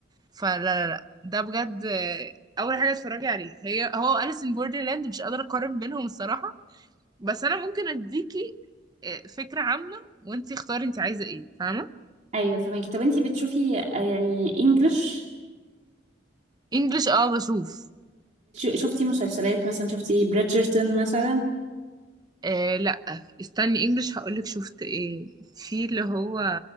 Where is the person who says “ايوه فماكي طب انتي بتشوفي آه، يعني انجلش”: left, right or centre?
Right